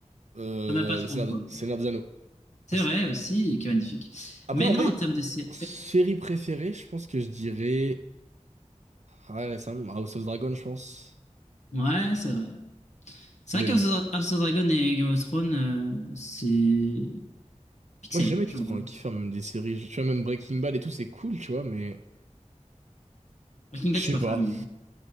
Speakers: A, on the right (about 65°); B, on the left (about 65°).
A: Euh,
B: ça n'a pas trop
A: le Seigneur,
B: quoi.
A: de- Seigneur des Anneaux.
B: C'est
A: aussi.
B: vrai aussi, qui est magnifique.
A: Après,
B: Mais
A: en
B: non,
A: vrai,
B: en termes de série,
A: série préférée, je pense que je dirais. Ouais, ouais, ça, House of Dragon, je pense.
B: ouais, c'est vrai. C'est
A: Mais
B: vrai qu'House
A: bon.
B: of House of Dragon et Game of Thrones, euh, c'est pixel,
A: Moi, j'ai jamais été
B: j'ai envie
A: trop
B: de
A: un
B: dire.
A: kiffeur, même des séries. Je- Tu vois, même Breaking Bad et tout, c'est cool, tu vois, mais.
B: Breaking
A: Je
B: Bad, je
A: sais
B: suis pas
A: pas.
B: fan. moi.